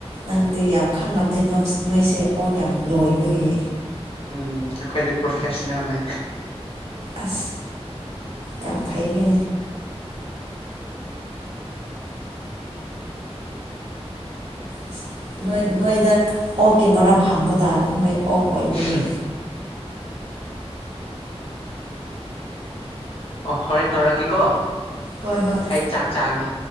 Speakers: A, on the right; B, on the left.
A: ꯅꯪꯗꯤ ꯌꯥꯝ ꯈꯪꯕꯅꯤ ꯅꯣꯏꯁꯦ ꯑꯣꯛ ꯌꯥꯝ ꯂꯣꯏꯕꯒꯤ
B: ꯎꯝ ꯑꯩꯈꯣꯏꯗꯤ ꯄ꯭ꯔꯣꯐꯦꯁꯅꯦꯜꯅꯦ
A: ꯑꯁ ꯌꯥꯝ ꯐꯩꯍꯦ ꯑꯁ ꯅꯣꯏ ꯅꯣꯏꯗ ꯑꯣꯛꯀꯤ ꯃꯔꯝ ꯍꯪꯕ ꯇꯥꯔꯦ ꯅꯣꯏ ꯑꯣꯛ ꯂꯣꯏꯕꯒꯤ
B: ꯑ ꯑꯣ ꯍꯣꯔꯦꯟ ꯇꯧꯔꯥ ꯀꯦ ꯀꯣ
A: ꯍꯣꯏ ꯍꯣꯏ
B: ꯑꯩ ꯆꯥꯛ ꯆꯥꯒꯅꯤ